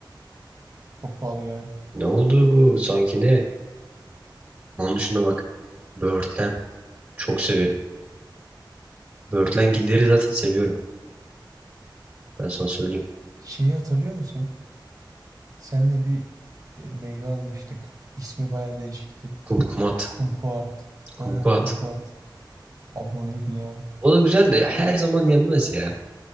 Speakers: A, on the right; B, on the right.
A: Çok pahalı ya.
B: Ne oldu bu? Sanki ne? Onun dışında bak. Böğürtlen. Çok severim. Böğürtlengilleri zaten seviyorum. Ben sana söyleyeyim.
A: Şeyi hatırlıyor musun? Senle bir e, meyve almıştık. İsmi baya değişikti.
B: Kumkumat.
A: Kumkuat. Ha,
B: Kumkuat.
A: kumkuat. Abi o neydi ya?
B: O da güzel de her zaman yenmez ya.